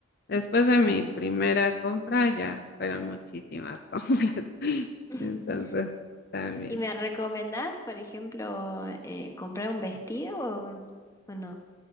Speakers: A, on the left; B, on the left.
A: después de mi
B: Ah, bueno.
A: primera compra ya fueron muchísimas <laughs> compras,
B: <laughs>
A: entonces también.
B: ¿Y me recomendás, por ejemplo, eh, comprar un vestido o, o no?